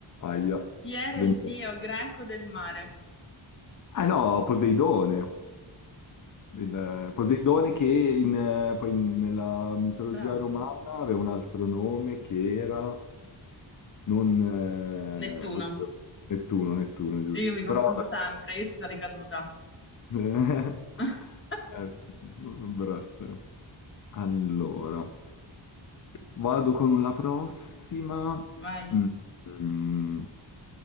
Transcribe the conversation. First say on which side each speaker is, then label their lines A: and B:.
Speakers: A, on the left; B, on the left.
A: aia,
B: Chi era
A: 20
B: il dio greco del mare?
A: Ah no, Poseidone, il,
B: Oh,
A: Poseidone che in, eh, poi nella mitologia
B: Bravo.
A: romana aveva un altro nome che era, non, eh,
B: Nettuno.
A: oddio, Nettuno, Nettuno, giusto.
B: Io mi confondo
A: Però,
B: sempre, io ci sarei caduta.
A: vabbè, <laughs>
B: <laughs>
A: eh, dovrebbero essere. Allora, vado con la prossima.
B: Vai.
A: Mm, mm.